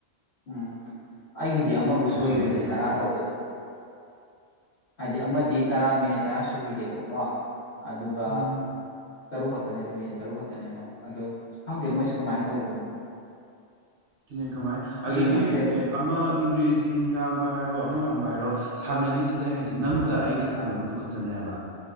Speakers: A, on the left (about 55°); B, on the right (about 60°).
A: ꯎꯝ ꯑꯩꯒꯤꯗꯤ ꯑꯃꯕꯨ ꯁꯣꯏꯈ꯭ꯔꯤꯅꯦ
B: ꯑꯝꯇ ꯍꯥꯏꯗꯦ
A: ꯇꯔꯥ ꯇꯧꯕꯗꯣ ꯍꯥꯏꯗꯤ ꯑꯃꯗꯤ ꯇꯔꯥ ꯃꯤꯅꯤꯠ ꯇꯔꯥ ꯁꯨꯈꯤꯗꯦꯕꯀꯣ ꯑꯗꯨꯒ
B: ꯎꯝ
A: ꯇꯔꯨꯛ ꯈꯛꯇꯅꯦꯕ ꯃꯤꯅꯤꯠ ꯇꯔꯨꯛ ꯈꯛꯇꯅꯦꯕ ꯑꯗꯣ ꯈꯪꯗꯦ ꯃꯣꯏꯁꯦ ꯀꯃꯥꯏꯅ ꯇꯧꯕꯅꯣ
B: ꯑꯗꯨꯅꯦ ꯀꯃꯥꯏ ꯑꯗꯒꯤ
A: ꯌꯦꯡꯉꯁꯦ ꯑꯗꯨꯝ
B: ꯑꯃ ꯏꯪꯒ꯭ꯔꯦꯖꯤ ꯉꯥꯡ ꯍꯥꯏꯔꯣ ꯑꯃ ꯉꯕ ꯍꯥꯏꯔꯣ ꯁꯥꯟꯅꯔꯤꯁꯤꯗ ꯑꯩ ꯍꯥꯏꯁꯦ ꯅꯪꯒ ꯑꯩꯒ ꯁꯥꯟꯅꯕꯗꯨ ꯈꯛꯇꯅꯦ ꯍꯥꯏꯕ